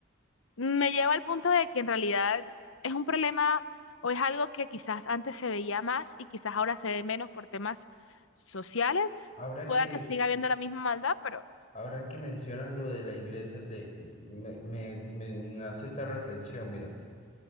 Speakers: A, on the left; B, on the left.
A: me lleva al punto de que en realidad es un problema o es algo que quizás antes se veía más y quizás ahora se ve menos por temas sociales.
B: Ahora
A: Pueda
B: que,
A: que siga habiendo la misma maldad, pero
B: ahora que mencionas lo de la iglesia, te, me, me, me nace esta reflexión, mira,